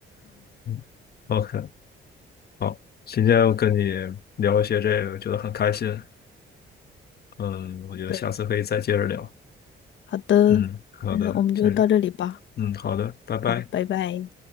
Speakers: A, on the left; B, on the left.
A: 嗯，OK。好，今天我跟你聊一些这个，觉得很开心。嗯，我觉得下次可以再接着聊。
B: 的，好的，
A: 嗯，好的，
B: 那我们就到这里吧。
A: 行，嗯，好的，拜拜。
B: 好，拜拜。